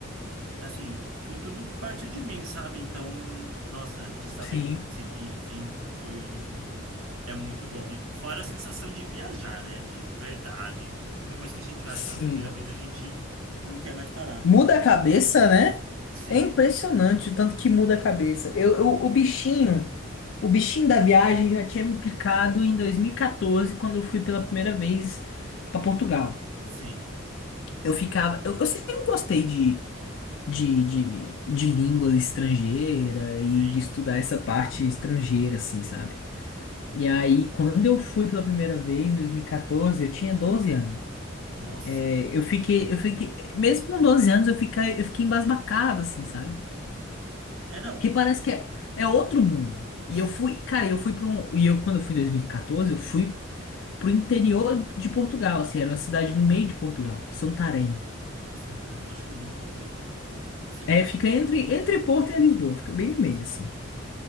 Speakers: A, on the right (about 80°); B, on the left (about 60°).
A: assim, foi tudo partiu de mim, sabe? Então, nossa, de saber
B: sim,
A: que eu consegui, enfim, foi é muito bom. E fora a sensação de viajar, né? De liberdade. Depois que a gente viaja
B: sim.
A: pela primeira vez, a gente não quer mais parar,
B: Muda
A: né?
B: a cabeça, né?
A: Sim,
B: É impressionante o tanto que muda a cabeça. Eu, eu- o bichinho, o bichinho da viagem já tinha me picado em 2014, quando eu fui pela primeira vez para Portugal.
A: sim,
B: Eu ficava, eu, eu sempre gostei de, de, de, de língua estrangeira e
A: sim.
B: de estudar essa parte estrangeira, assim, sabe? E aí, quando eu fui pela primeira vez, em 2014, eu tinha 12 anos.
A: Nossa.
B: É, Eu fiquei, eu fiquei, mesmo com 12 anos, eu fiquei, eu fiquei embasbacado, assim, sabe?
A: É, não.
B: Que parece que é, é outro mundo.
A: Sim.
B: E eu fui, cara, eu fui para um. E eu, quando eu fui em 2014, eu fui pro interior de Portugal, assim, era uma cidade no meio de Portugal, Santarém.
A: Santarém, acho que eu nunca ouvi. Será?
B: É, fica entre, entre Porto e Lisboa, fica bem no meio,
A: Sim.
B: assim.